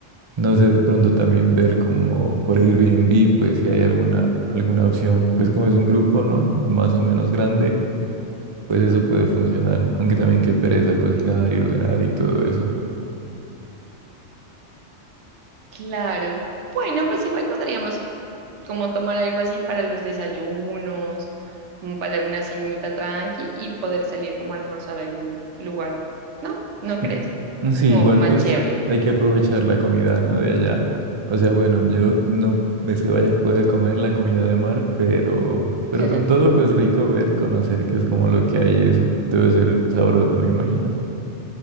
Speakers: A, on the right; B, on the right.
A: No sé, de pronto también ver como por Airbnb, pues si hay alguna, alguna opción. Pues como es un grupo, ¿no? Más o menos grande, pues eso puede funcionar. Aunque también qué pereza cocinar y ordenar y todo eso.
B: Claro. Bueno, pues igual podríamos como tomar algo así para los desayunos, como para una cenita tranqui y poder salir como a almorzar a algún lugar. ¿No? ¿No crees?
A: Mm, Sí, igual
B: Como más
A: pues
B: chévere.
A: hay que aprovechar la comida, ¿no? De allá. O sea, bueno, yo no es que vaya a poder comer la comida de mar, pero, pero
B: <laughs>
A: con todo pues rico ver, conocer qué es como lo que hay eso. Debe ser sabroso, me imagino.